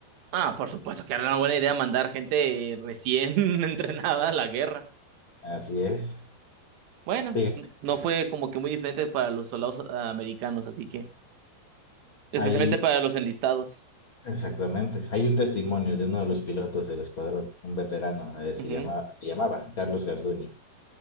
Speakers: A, on the right; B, on the left.
A: Ah, por supuesto que era una buena idea mandar gente recién <laughs> entrenada a la guerra.
B: Así es.
A: Bueno,
B: Fíjate,
A: n- no fue como que muy diferente para los soldados ah, americanos, así que, especialmente
B: ahí,
A: para los enlistados.
B: exactamente. Hay un testimonio de uno de los pilotos del escuadrón, un veterano, eh,
A: Ujú.
B: se llama, se llamaba Carlos Garduño.